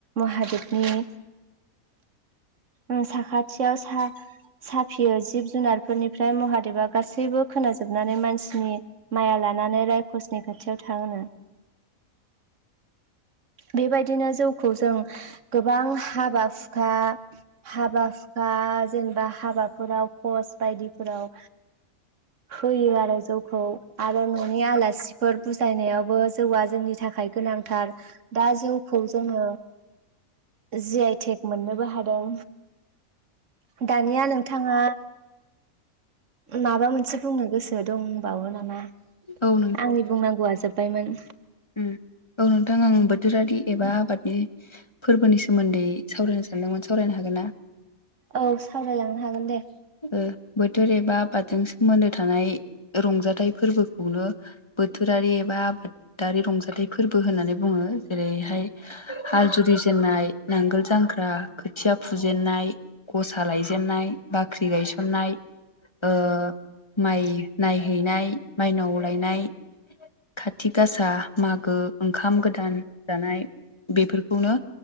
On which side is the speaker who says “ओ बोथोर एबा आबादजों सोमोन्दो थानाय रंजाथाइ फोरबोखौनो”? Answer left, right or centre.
Left